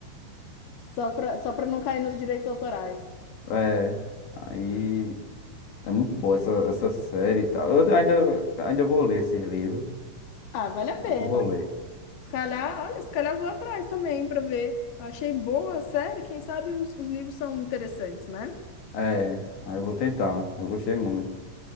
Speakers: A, on the left; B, on the left.
A: só pra, só pra não cair nos direitos autorais.
B: é. Aí é muito boa essa, essa série e tal. Eu ainda, ainda vou ler esse livro.
A: Ah, vale a
B: Ainda
A: pena.
B: vou ler.
A: Se calhar, olha, se calhar vou atrás também para ver. Eu achei boa a série, quem sabe os, os livros são interessantes, né?
B: É, aí eu vou tentar. Eu gostei muito.